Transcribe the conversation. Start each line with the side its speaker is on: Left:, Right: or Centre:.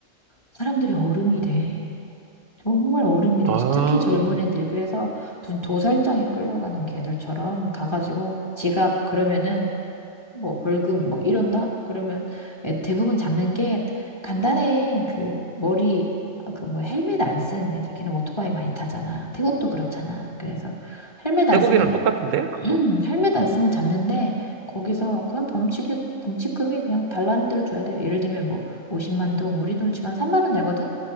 Left: 사람들이 얼음이 돼. 정말 얼음이
Right: 아,
Left: 돼. 특히 젊은 애들이. 그래서 무슨 도살장에 끌려가는 개들처럼 가가지고 지갑 그러면은 뭐 벌금 뭐 이런다? 그러면 애- 대부분 잡는 게 간단해. 그 머리 그 뭐 헬멧 안 쓰는 애들. 걔는 오토바이 많이 타잖아. 태국도 그렇잖아. 그래서 헬멧 안
Right: 태국이랑
Left: 쓰면
Right: 똑같은데? 그거?
Left: 음, 헬멧 안 쓰면 잡는데 거기서 그냥 범칙이 범칙금이 그냥 달라는 대로 줘야 돼요. 예를 들면 뭐 50만 동 우리 돈으로 치면 3만 원 되거든.